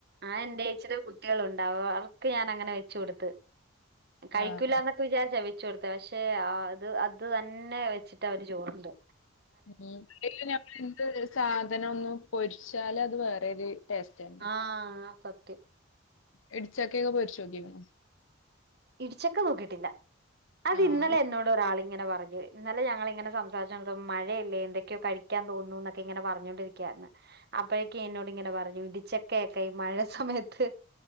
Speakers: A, on the right; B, on the left.
A: ആ എൻന്റെചിടെ കുട്ടിയാളുണ്ടാവു. അവർക്ക് ഞാനങ്ങനെ വെച്ച് കൊടുത്ത്. കഴിക്കൂലാന്നൊക്
B: ആ ആ
A: ക്കെ വിചാരിച്ച വെച്ചു കൊടുത്ത പക്ഷെ അത് അത് തന്നെ വെച്ചിട്ട് അവര് ചോറ് ണ്ട്
B: ഉം അല്ലേലും നമ്മള് എന്ത്‌ സാധനം ഒന്ന് പൊരിച്ചാലത് വേറെരു ടേസ്റ്റ്ണ്
A: ആഹ് സത്യം
B: ഇടിച്ചക്കയൊക്കെ പൊരിച്ചോക്കിണോ
A: ഇടിച്ചക്കെ നോക്കിയിട്ടില്ല, അത്
B: ആഹ്
A: ഇന്നലെ എന്നോട് ഒരാളി ഇങ്ങനെ പറഞ്ഞു ഇ. ന്നലെ ഞങ്ങളിങ്ങനെ സംസാരിച്ചു കൊണ്ടി മഴയല്ലേ എന്തൊക്കെയോ കഴിക്കാൻ തോന്നൂ ന്നൊക്കെ ഇങ്ങനെ പറഞ്ഞോണ്ടിരിക്കായിരുന്നു അപ്പോഴേക്കെ എന്നോടിങ്ങനെ പറഞ്ഞു ഇടിച്ചക്കെയൊക്കെ ഈ മഴ സമയത്ത്